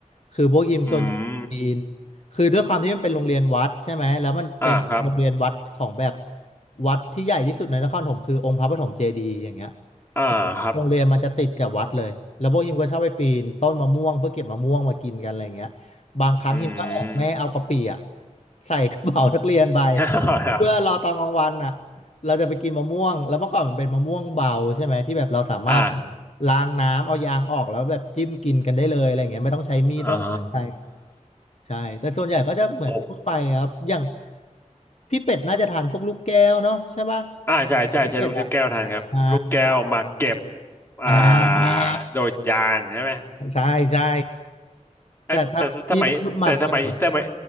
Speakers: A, on the left; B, on the left.
A: คือพวกยิมซนจีน
B: อืม
A: คือด้วยความที่มันเป็นโรงเรียนวัดใช่ไหมแล้วมันเป็นโรงเรียนวัดของแบบ
B: อ่าครับ
A: วัดที่ใหญ่ที่สุดในนครปฐมคือองค์พระปฐมเจดีย์อย่างเงี้ย
B: อ่าครับ
A: ใช่โรงเรียนมันจะติดกับวัดเลยแล้วพวกยิมก็ชอบไปปีนต้นมะม่วงเพื่อเก็บมะม่วงมากินกันอะไรเงี้ยบางครั้งฮิมก็แอบแม่เอากะปิอะ
B: อืม
A: ใส่กระเป๋านักเรียนไป
B: <laughs> เหรอ
A: เพื่อรอตอนกลางวันอ่ะเราจะไปกินมะม่วงแล้วเมื่อก่อนมันเป็นมะม่วงเบาใช่ไหมที่แบบเราสามารถ
B: อ่า
A: ล้างน้ำเอายางออกแล้วแบบจิ้มกินกันได้เลยอะไรอย่างเงี้ยไม่ต้องใช้มีดไม่ต้องใช้อะไร
B: อ๋
A: ใช่แต่ส่วนใหญ่ก็จะเหมือนทั่วไปครับอย่าง
B: อ
A: พี่เป็ดน่าจะทานพวกลูกแก้วเนาะใช่ป่ะ
B: อ่าใช่ใช่ใช้ลูกแก้วทันครับลูกแก้วมาเก็บ
A: พี่เป็ดอ่ะอ่า
B: อ่า
A: อ่า
B: โดดยางใช่ไหม
A: ใช่ใช่
B: เอ้ยแต่แต่สมัยแต่สมัยสมัย
A: แต่ถ้าพี่ไปพูดมาเก็ต